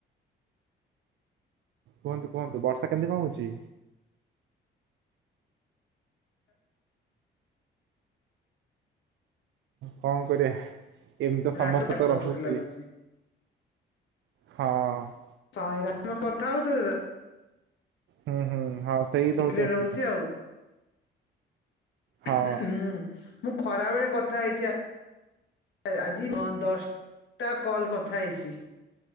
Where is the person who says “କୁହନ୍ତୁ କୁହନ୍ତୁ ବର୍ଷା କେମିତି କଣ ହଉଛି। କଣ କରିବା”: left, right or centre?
Right